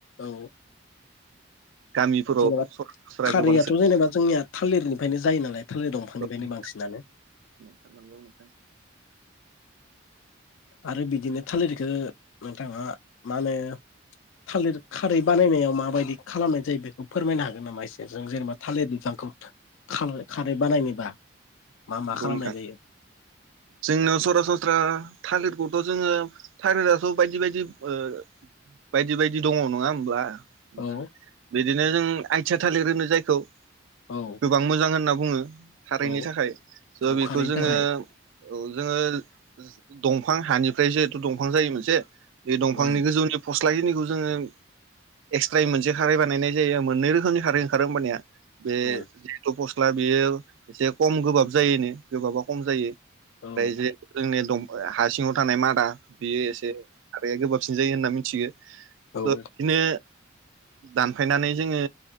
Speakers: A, on the left; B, on the right.
A: औ
B: गामिफोराव
A: जेनेबा
B: सरासनस्रा
A: खारैयाथ
B: गोबां
A: जेनेबा जोंनिया थालिरनिफ्रायनो जायो नालाय थालिर दंफांनिफ्रायनो
B: सोलियो
A: बांसिनानो।
B: नोंथां नंगौ नोंथां
A: आरो बिदिनो थालिरखौ नोंथाङा मा होनो थालिर खारै बानायनायाव माबायदि खालामनाय जायो बेखौ फोरमायनो हागोन नामा एसे जों जेनेबा थालिर बिफांखौ खारै बानायनोबा? मा
B: नंगौ
A: मा खालामनाय
B: नोंथां।
A: जायो
B: जोंनाव सरासनस्रा थालिर खौथ' जोङो थारिराथ बायदि बायदि ओ बायदि बायदि दङ नङा होमब्ला। नोंथां
A: औ
B: बे बिदिनो जों आथिया थालिर होनो जायखौ।
A: औ
B: गोबां मोजां होनना बुङो खारैनि
A: औ
B: थाखाय। ओ
A: औ
B: बेखौ
A: खारैनि
B: जोङो
A: थाखाय
B: औ जोङो ओ दंफां हानिफ्राय जेहुथु दंफां जायो मोनसे बे दंफांनि
A: औ
B: गोजौनि फस्ला जिनिखौ जोङो एक्सट्राय मोनसे खारै बानायनाय जायो मोननै रोखोमनि खारै ओंखारो होमबानिया। बे
A: औ
B: जिहेथु फस्थ ला बेयो एसे खम गोबाब जायोनो। गोबाबा खम जायो ओमफ्राय
A: औ
B: जे जोंनि दं हा सिङाव थानाय मादा। बेयो एसे खारैया गोबाब सिन जायो होनना मिन्थियो।
A: औ
B: स' बिदिनो दानफायनानै जोङो